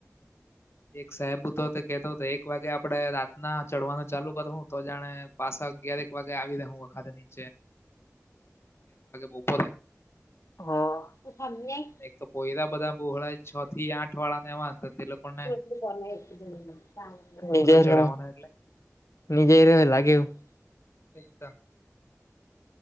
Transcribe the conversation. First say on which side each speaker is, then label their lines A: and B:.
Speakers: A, on the left; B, on the left.
A: એક સાહેબ ઉતો તો કેતો તો એક વાગે આપડે રાત ના ચડવાનું ચાલુ કરું હું તો જાણે પાસા અગ્યારેક વાગે આવી રેહુ વખાત ની. બપોરે
B: હા <unintelligible>
A: એક તો પોયરા બધા બોહોળાય છ થી આઠ વાળા ને એવા તે લોકો ને
B: <unintelligible> લાગે
A: ચઢાવવાનો એટલે
B: એવું
A: એકદમ.